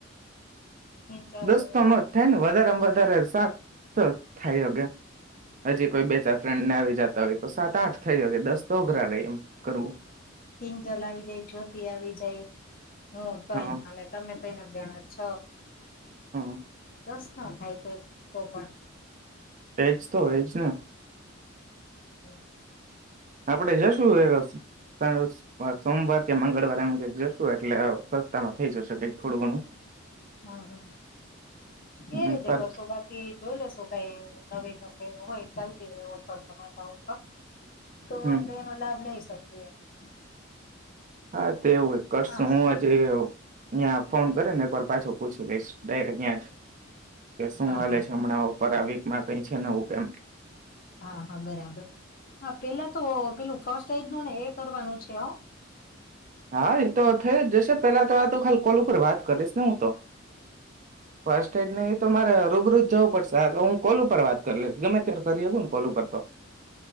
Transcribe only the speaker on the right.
દસ્તો
નો જ થાય ને વધારે વધ વધારે સાત તો થાય અગ્યા હજી કોઈ બે ફ્રેન્ડ ને આવી જતા હોય, તો સાત આઠ થઈયો કે દસ તો અઘરા ર એમ કરવું
હા
હમ્મ
એજ તો એજ ને
આપડે જશું સોમવાર કે મંગળવાર એમ કઈક જશું, એટલે સસ્તામાં થઇ જશે, કઈક થોડું ઘણું
હમ
પર
હમ
હા. તેવું કરશ
હું હજ અયાં ફોન કરી ને એકવાર પાછો પૂછી લઈશ, ડાયરેક્ટ ત્યાં જ કે શું
હાલે
છે, હમણાં ઓ ફ વક માં કઈ છે, નવું કેમ
હા એતો થઈ જ જશે પેલા તો આ તો ખાલી કોલ ઉપર વાત કરીશ, ને હું તો ફસ્ટ એડ ને એ તો મારે રૂબરૂજ જવું પડશે તો હું કોલ ઉપર વાત કરી લઈશ, ગમે ત્યારે કરી ને કોલ ઉપર તો